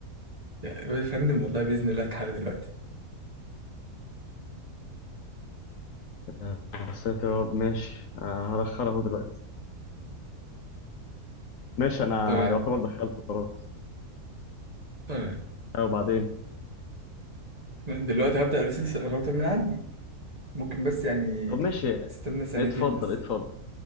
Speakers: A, on the right; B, on the left.
A: يا فندم والله باذن الله اتحل دلوقتي
B: آه، يا ساتر يا رب ماشي آه، هدخلها اهو دلوقتي ماشي أنا
A: تمام
B: يعتبر دخلته خلاص
A: تمام
B: أه وبعدين
A: أنا دلوقتي هبدا ريسيت الراوتر من عندي ممكن بس يعني
B: طب ماشي
A: تستنى ثانيتين
B: اتفضل
A: بس
B: اتفضل